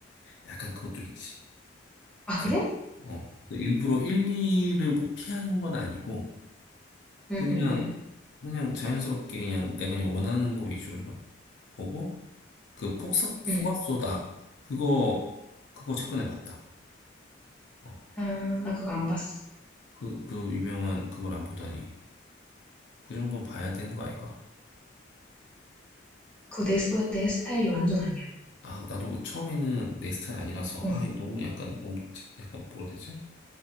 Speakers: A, on the left (about 65°); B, in the centre.
A: 약간 그것도 있지.
B: 아,
A: 그래서,
B: 그래?
A: 어, 일부러 1, 2를 뭐 피하는 건 아니고,
B: 응,
A: 그냥,
B: 응, 응,
A: 그냥 자연스럽게 그냥 내가 그냥 원하는 거 위주로 보고, 그 폭삭, 소각소다.
B: 응.
A: 그거, 그거 최근에 봤다. 어,
B: 아, 나 그거 안 봤어.
A: 그, 그 유명한 그걸 안 보다니. 그 정도는 봐야 되는 거 아이가?
B: 그거 내, 스- 내 스타일이 완전 아니야.
A: 아, 나도 처음에는 내 스타일 아니라서,
B: 응,
A: 아, 이거 너무 약간, 너무, 자- 약간 뭐라 해야 되지?